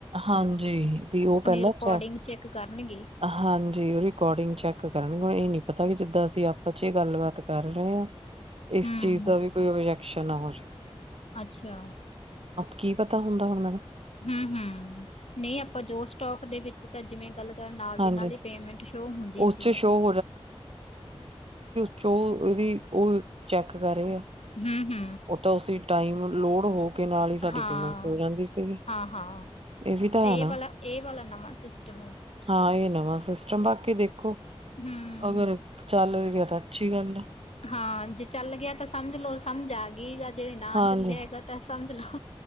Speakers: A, on the right; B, on the left.
A: ਹਾਂਜੀ ਵੀ ਉਹ ਪਹਿਲਾਂ
B: ਰਿਕੋਡਿੰਗ
A: ਚੈਕ,
B: ਚੈੱਕ ਕਰਨਗੇ
A: ਹਾਂਜੀ ਉਹ ਰਿਕੋਡਿੰਗ ਚੈੱਕ ਕਰਨਗੇ। ਹੁਣ ਇਹ ਨੀ ਪਤਾ ਕਿ ਜਿੱਦਾਂ ਅਸੀਂ ਆਪਾਂ ਚ ਗੱਲਬਾਤ ਕਰ ਰਹੇ ਹਾਂ। ਇਸ
B: ਹੂੰ
A: ਚੀਜ਼ ਦਾ ਵੀ ਕੋਈ ਓਬ ਸ਼ਨਾ ਬਸ
B: ਅੱਛਾ,
A: ਕੀ ਪਤਾ ਹੁੰਦਾ ਹੁਣ ਮੈਨੂੰ
B: ਹੂੰ-ਹੂੰ, ਨਹੀਂ ਆਪਾਂ ਜੋਸ ਟੋਕ ਦੇ ਵਿੱਚ ਤਾਂ ਜਿਵੇਂ ਗੱਲ ਕਰ ਨਾਲ
A: ਹਾਂਜੀ
B: ਦੀ ਨਾਲ ਹੀ ਪੇਮੈਂਟ ਸ਼ੋਅ ਹੁੰਦੀ
A: ਉਸ
B: ਸੀ,
A: ਚ
B: ਉਹਦੀ।
A: ਸ਼ੋਅ ਚੋ ਇਹਦੀ ਉਹ ਚੈੱਕ ਕਰ ਰਹੇ ਆ।
B: ਹੂੰ-ਹੂੰ,
A: ਉਹ ਤਾਂ ਉਸੀ ਟਾਈਮ ਲੋਡ ਹੋ ਕੇ ਨਾਲ ਹੀ ਸਾਡੀ
B: ਹਾਂ,
A: ਪੇਮੈਂਟ ਹੋ ਜਾਂਦੀ ਸੀਗੀ
B: ਹਾਂ, ਹਾਂ,
A: ਵੀ ਤਾਂ
B: ਇਹ
A: ਹੈ ਨਾ
B: ਵਾਲਾ ਇਹ ਵਾਲਾ ਨਵਾਂ ਸਿਸਟਮ ਹੈ।
A: ਹਾਂ ਇਹ ਨਵਾਂ ਸਿਸਟਮ ਬਾਕੀ ਦੇਖੋ
B: ਹੂੰ
A: ਅਗਰ ਚੱਲ ਐ ਤਾਂ ਅੱਛੀ ਗੱਲ ਐ।
B: ਹਾਂ ਜੇ ਚੱਲ ਗਿਆ ਤਾਂ ਸਮਝ ਲਓ ਸਾ ਸਮਝ ਆਗੀ ਆ ਜੇ ਨਾ
A: ਹਾਂਜੀ
B: ਚੱਲਿਆ ਹੈਗਾ ਤਾ ਸਮਝ ਲੋ